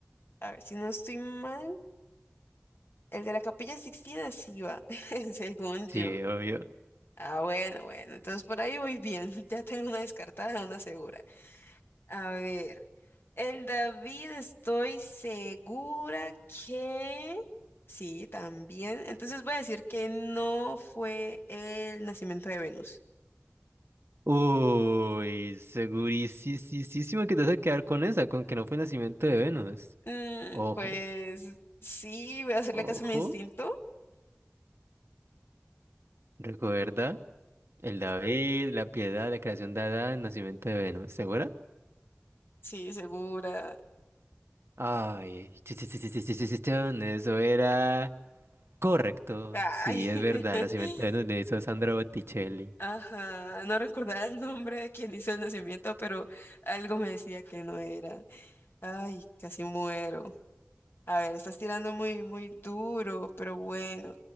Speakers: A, on the left; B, on the right.
A: A ver si no estoy mal. El de la Capilla Sixtina sí iba, <laughs> según
B: Sí,
A: yo.
B: obvio.
A: Ah, bueno, bueno, entonces por ahí voy bien. <laughs> Ya tengo una descartada, una segura. A ver, el David estoy segura que... Sí, también. Entonces voy a decir que no fue el nacimiento de Venus.
B: Uy, segurísimo que te vas a quedar con esa, con que no fue nacimiento de Venus.
A: Mm,
B: Ojo,
A: pues sí, voy a hacerle
B: ojo,
A: caso a mi instinto.
B: recuerda el David, la piedad, la creación de Adán, nacimiento de Venus. ¿Segura?
A: Sí, segura.
B: Ay, sí, sí, sí, sí, sí, sí, sí, sí, chon, eso era correcto.
A: Ay.
B: Sí, es
A: <laughs>
B: verdad, nacimiento de Venus le hizo Sandra Botticelli.
A: Ajá, no recordaba el nombre de quien hizo el nacimiento, pero algo me decía que no era. Ay, casi muero. A ver, estás tirando muy, muy duro, pero bueno,